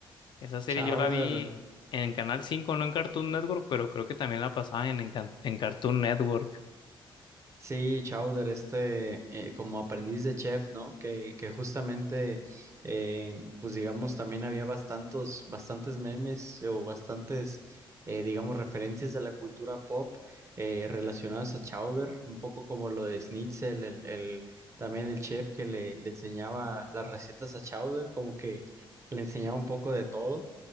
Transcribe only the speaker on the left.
Esa serie
yo la vi en Canal cinco no en Cartoon Network, pero creo que también la pasaban en, en Can- en Cartoon Network.